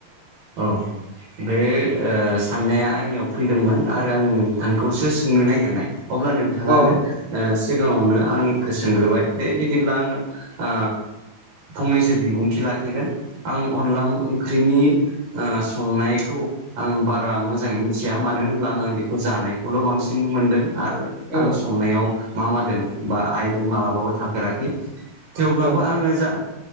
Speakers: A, on the right; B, on the right.
A: औ बे ओ साननाया आंनियाव फैदोंमोन आरो आं नोंथांखौसो सोंनो नागिरनाय अब्ला नोंथाङानो
B: अ
A: ओ सिगाङावनो आंखौ सोंग्रोबाय बे बिदिब्ला आङो ओ फंनैसो बिबुंथि ला खिगोन आं अनला ओंख्रिनि ओ संनायखौ आं बारा मोजाङै मिथिया मानो होनब्ला आङो बेखौ जानायखौल' बांसिन मोनदों आरो
B: औ
A: आं संनायाव मा मादों बा आइदों मालाबाबो थाफेराखै थेवब्लाबो
B: औ
A: आङो जा